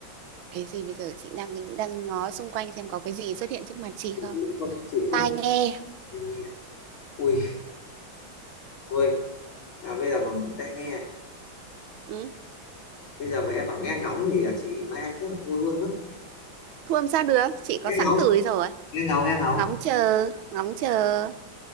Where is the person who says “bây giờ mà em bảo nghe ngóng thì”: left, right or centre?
Left